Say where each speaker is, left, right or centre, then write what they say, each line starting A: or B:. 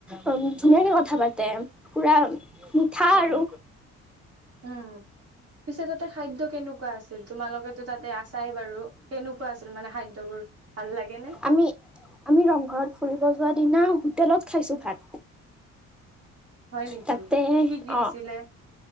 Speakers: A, in the centre; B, on the right (about 55°).
A: উম, ধুনীয়াকে ক কথা পাতে, পুৰা মিঠা
B: হয়
A: আৰু।
B: উম পিছে তাতে খাদ্য কেনক কুৱা আছিল তোমালোকে তাতে আছাই বাৰু, কেনেকুৱা আছিল মানে খাদ্যবোৰ, ভাল লাগে নে?
A: আমি আমি ৰংঘৰত ফুৰিব যোৱা দিনা হোটেলত খাইছো ভাত।
B: হয় নেকি,
A: তাতে
B: কি কি দিছিলে?
A: অ